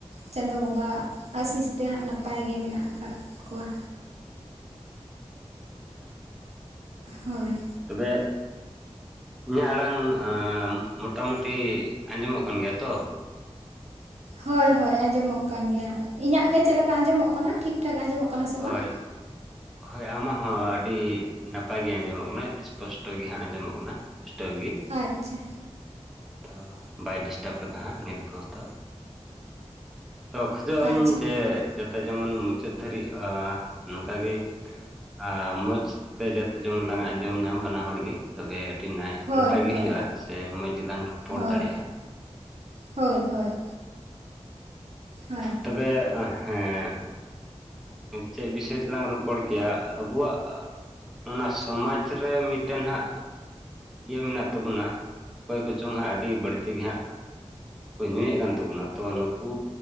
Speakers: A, on the right; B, in the centre.
A: ᱪᱟᱸᱫᱩ ᱵᱚᱸᱜᱟᱣᱟᱜ ᱟᱥᱤᱥ ᱛᱮ ᱦᱟᱸᱜ ᱱᱟᱯᱟᱭ ᱜᱮ ᱢᱮᱱᱟᱜ ᱟᱠᱟᱫ ᱠᱚᱣᱟ᱾
B: ᱦᱳᱭ᱾
A: ᱦᱳᱭ᱾
B: ᱛᱚᱵᱮ ᱤᱧᱟᱜ ᱟᱲᱟᱝ ᱟᱸᱻ ᱢᱚᱴᱟ ᱢᱩᱴᱤ ᱟᱸᱡᱚᱢᱚᱜ ᱠᱟᱱ ᱜᱮᱭᱟ ᱛᱚ?
A: ᱦᱳᱭ ᱦᱳᱭ ᱟᱸᱡᱚᱢᱚᱜ ᱠᱟᱱ ᱜᱮᱭᱟ ᱤᱧᱟᱜ ᱜᱮ ᱪᱮᱜ ᱪᱮᱜ ᱞᱮᱠᱟ ᱟᱸᱡᱚᱢᱚᱜ ᱠᱟᱱᱟ ᱴᱷᱤᱠ ᱴᱷᱟᱠ ᱟᱸᱡᱚᱢᱚᱜ ᱠᱟᱱᱟ ᱥᱮ
B: ᱦᱳᱭ
A: ᱵᱟᱝ?
B: ᱦᱳᱭ ᱟᱢᱟᱜ ᱦᱚᱸ ᱟᱹᱰᱤ ᱱᱟᱯᱟᱭ ᱜᱤ ᱟᱸᱡᱚᱢᱚᱜ ᱠᱟᱱᱟ ᱤᱥᱯᱚᱥᱴᱚ ᱜᱤ ᱦᱟᱸᱜ ᱟᱸᱡᱚᱢᱚᱜ ᱠᱟᱱᱟ᱾ ᱯᱩᱥᱴᱟᱹᱣ ᱜᱤ,
A: ᱟᱪᱪᱷᱟ
B: ᱛᱚ ᱵᱟᱭ ᱰᱤᱥᱴᱟᱵᱽ ᱠᱟᱫᱟ ᱦᱟᱸᱜ ᱧᱤᱛ ᱵᱷᱩᱨ ᱫᱚ ᱛᱚ ᱠᱷᱚᱡᱚᱜ
A: ᱟᱪᱪᱷᱟ
B: ᱟᱹᱧ ᱡᱮ ᱡᱟᱛᱮ ᱡᱮᱢᱚᱱ ᱢᱩᱪᱟᱹᱫ ᱫᱷᱟᱹᱨᱤᱡ ᱟᱻ ᱱᱚᱝ ᱠᱟᱜᱮ ᱟ ᱢᱚᱡᱽ ᱛᱮ ᱡᱟᱛᱮ ᱡᱚᱢᱚᱱ ᱞᱟᱝ ᱟᱸᱡᱚᱢ ᱧᱟᱢ ᱵᱟᱱᱟ ᱦᱚᱲ ᱜᱤ ᱛᱚᱵᱮ ᱟᱹᱰᱤ ᱱᱟᱭ
A: ᱦᱳᱭ
B: ᱱᱟᱯᱟᱭ ᱜᱮ
A: ᱦᱳᱭ
B: ᱦᱩᱭᱩᱜᱼᱟ ᱥᱮ ᱢᱚᱸᱡᱽ ᱜᱮᱞᱟᱝ ᱨᱚᱯᱚᱲ
A: ᱦᱳᱭ
B: ᱫᱟᱲᱮᱜᱼᱟ᱾
A: ᱦᱳᱭ, ᱦᱳᱭ ᱦᱳᱭ
B: ᱛᱚᱵᱮ ᱟ ᱦᱮᱸ ᱪᱮᱜ ᱵᱤᱥᱚᱭ ᱛᱮᱞᱟᱝ ᱨᱚᱯᱚᱲ ᱠᱮᱭᱟ, ᱟᱵᱚᱣᱟᱜ ᱚᱱᱟ ᱥᱚᱢᱟᱡᱽ ᱨᱮ ᱢᱤᱜᱴᱟᱱ ᱦᱟᱸᱜ ᱤᱭᱟᱹ ᱢᱮᱱᱟᱜ ᱛᱟᱵᱩᱱᱟ ᱚᱠᱚᱭ ᱠᱩᱪᱚᱝ ᱦᱟᱸᱜ ᱟᱹᱰᱤ ᱵᱟᱹᱲᱛᱤ ᱜᱮ ᱦᱟᱸᱜ ᱠᱚ ᱧᱩᱼᱭᱮᱜ ᱠᱟᱱ ᱛᱟᱵᱩᱱᱟ ᱛᱚ ᱱᱩᱠᱩ